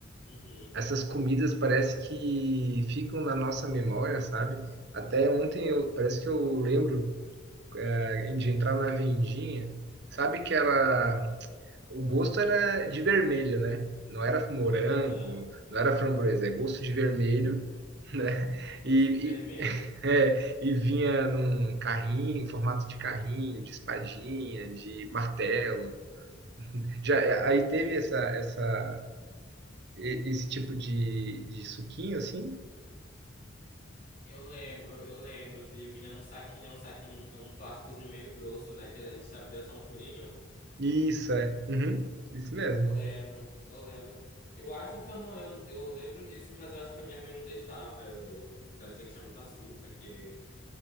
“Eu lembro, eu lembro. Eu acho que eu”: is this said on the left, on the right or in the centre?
Left